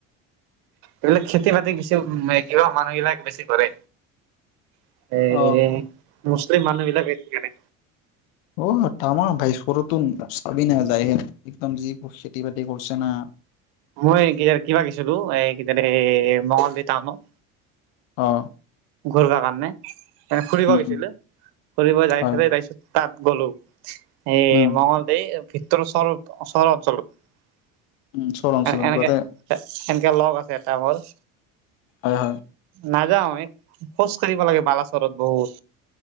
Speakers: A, on the right (about 70°); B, on the left (about 80°).
A: এইবিলাক খেতি- বাতি বেছিভাগ মাইকীভাগ মানুহবিলাকে বেছি কৰে। <unintelligible>
B: অ
A: মুছলিম মানুহ বিলাক <unintelligible>
B: অ, তামাম ভাই। স্কুলতটো চলি নাযাইয়ে। একদম যি খেতি-বাতি কৰছে না
A: মই কেতিয়া গৈছিলো এ' মঙলদৈ টাউনত।
B: অঁ।
A: ঘূৰি কাৰণে। এ' ফুৰিব গৈছিলো।
B: উম
A: ফুৰিব যাই
B: হয়
A: পেলাই, তাৰ পিছত -। তা'ত গলো। এই
B: উম
A: মঙলদৈ-। ভিতৰৰ ওচৰত চহৰ অঞ্চলত-।
B: উম চৰ অঞ্চলত
A: এ' এনেকে,
B: গোটেই
A: এনেকে লগ আছে। এটা মোৰ-
B: হয়
A: নাযাওঁ
B: হয়
A: এ-। খোজ কাঢ়িব লাগে, বালাচৰত বহুত।